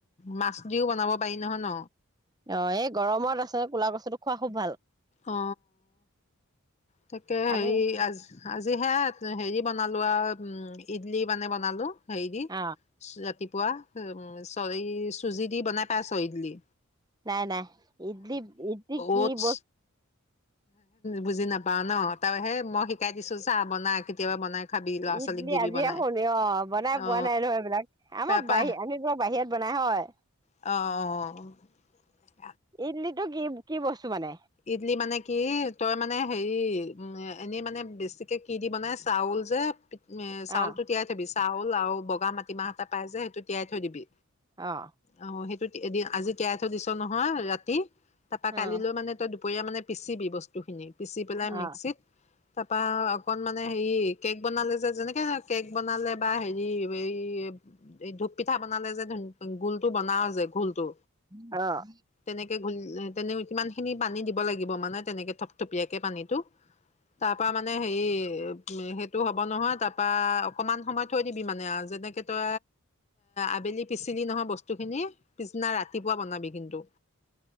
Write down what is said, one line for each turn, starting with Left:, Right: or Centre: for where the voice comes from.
Left: মাছ দিও বনাব পাৰি নহয় ন
Right: অ এই গৰমত আচল কোলা কচুটো খোৱা খুব ভাল
Left: অ তাকে
Right: আমি
Left: হেৰি আজ আজি হে হেৰি বনালো আৰু ইডলি মানে বনালো হেই দি
Right: অ
Left: ৰাতি পোৱা উ চ চুজি দি বনাই পাইছে ইদলি
Right: নাই নাই ইডলি ইডলী কি
Left: অটছ
Right: ব
Left: বুজি নাপাও ন তই হে মই শিকাই দিছো চা বনা কেতিয়াবা বনাই খাবি ল'ৰা
Right: ইডলি
Left: ছোৱালীক দিবি
Right: আজিয়ে
Left: বনাই
Right: শুনি অ বনাই
Left: অ
Right: পোৱা নাই নহয় এইবিলাক আমাৰ
Left: তাৰপা
Right: বাহি আমি বোলো বাহিৰত বনাই হয়
Left: অঁ অঁ
Right: ইডলিটো কি কি বস্তু মানে
Left: ইডলি মানে কি তই মানে হেৰি এনেই মানে বেছিকে কি দি বনাই চাউল যে চাউলটো
Right: অ',
Left: তিয়াই থাবি চাউল আৰু বগা মাটিমাহ এটা পাই যে সেইটো তিয়াই থৈ দিবি
Right: অ',
Left: আহ সেইটো এদিন আজি তিয়াই থৈ দিছ নহয় ৰাতি তাৰাপা
Right: অ',
Left: কালিলৈও মানে দুপৰীয়া মানে পিচিবি বস্তুখিনি পিচি পেলাই
Right: অ',
Left: মিক্সিত তাৰপা অকন মানে হেৰি কেক বনালে যে যেনেকে কেক বনালে বা হেৰি এই এই ধূপ পিঠা বনালে যে গোল টো বনাও যে গোলটো
Right: অ',
Left: তেনেকে ঘ তেনে কিমান খিনি পানী দিব লাগিব মানে তেনেকে থপথপিয়াকে পানীতো তাৰ পৰা মানে হেৰি সেইটো হ'ব নহয় তাৰপৰা অকণমান সময় থৈ দিবি মানে আৰু যেনেকৈ তই আবেলি পিচিলি নহয় বস্তুখিনি পিছিনা ৰাতিপুৱা বনাবি কিন্তু